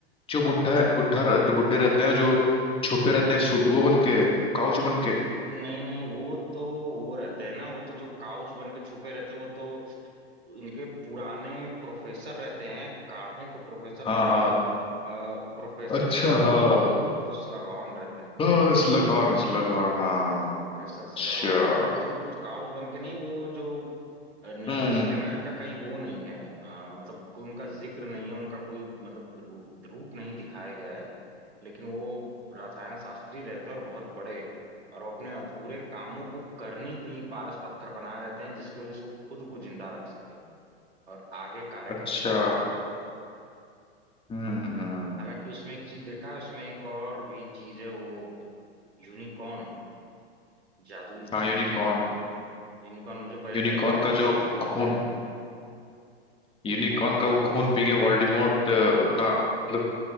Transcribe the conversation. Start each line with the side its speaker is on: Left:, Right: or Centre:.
Left: जो बुढ़ा बुढ़ा जो बुढ़े रहते हैं जो छुपे रहते हैं सूट वो बन के काउच बन के
Right: नहीं नहीं वो तो वो रहते हैं ना वो तो जो काउच बन के छुपे रहते हैं वो तो इनके पुराने प्रोफेसर रहते हैं काढ़ों के प्रोफेसर
Left: हाँ
Right: उनका
Left: हाँ
Right: प्रोफेसर
Left: अच्छा
Right: स्लगहॉर्न
Left: हाँ
Right: वो तो स्लगहॉर्न रहते हैं
Left: हाँ स्लगॉन स्लगॉन हाँ
Right: और तो प्रोफेसर्स
Left: अच्छा
Right: लगान रहते हैं वो जो काउच बन के नहीं वो जो अ, निकोलस
Left: हम्म
Right: फ्रीमेल का कहीं वो नहीं है अ, मतलब कोई उनका जिक्र नहीं है उनका कोई मतलब रू- रूप नहीं दिखाया गया है लेकिन वो रसायन शास्त्री रहते हैं और बहुत बड़े और वो अपने अधूरे कामों को करने के लिए पारस पत्थर बना रहते हैं जिसकी वजह से वो खुद को जिंदा रख सके और आगे कार्य
Left: अच्छा
Right: कर सकें
Left: हम्म हम्म
Right: हालांकि उसमें एक चीज देखा है उसमें एक और भी चीज है वो यूनिकॉर्न जादुई
Left: हाँ
Right: चीज
Left: यूनिकॉर्न
Right: यूनिकॉर्न मुझे पहले
Left: यूनिकॉर्न
Right: लगता था कि
Left: का
Right: सच
Left: जो
Right: में होते
Left: खून
Right: हैं
Left: यूनिकॉर्न का वो खून पी के वोल्डेमॉर्ट अ, अपना मतलब